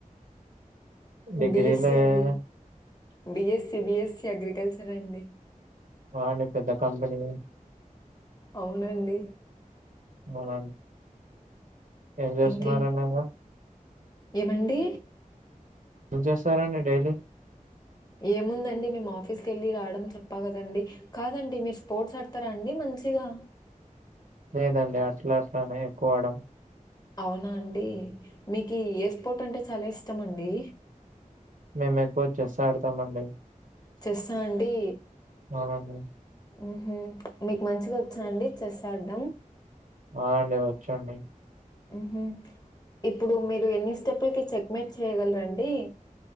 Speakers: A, on the right (about 70°); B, on the left (about 30°).
A: డిగ్రీ
B: బిఎస్సి
A: లేదు
B: అండి బిఎస్సి అగ్రికల్చర్ అండి
A: వాడే పెద్దకంపెనీ
B: అవునండి
A: అవున ఏం చేస్తున్నరండి
B: ఇంకేం
A: ఇంగా
B: ఏమండి
A: ఎం చేస్తారాండి డైలీ
B: ఏముందండి మేం ఆఫీస్ కి ఎళ్ళిరావడం చెప్పా కదండి కాదండి మీరు స్పోర్ట్స్ ఆడ్తారా అండి మంచిగా
A: లేదండి అట్లా అట్లానే ఎక్కుఆడం
B: అవునా అండి మీకు ఎస్పోట్ అంటే చాలా ఇష్టమండి
A: మేం ఎక్కువ చెస్ ఆడతామండి
B: చెస్సా అండి
A: అవునండి
B: ఉహు మీకు మంచిగా వచ్చునండి చెస్ ఆడ్డం
A: ఆ అండి వొచ్చండి
B: ఉహు ఇప్పుడు మీరు ఎన్ని స్టెప్పులకి చెక్మెేట్ చేయ్యగలరండి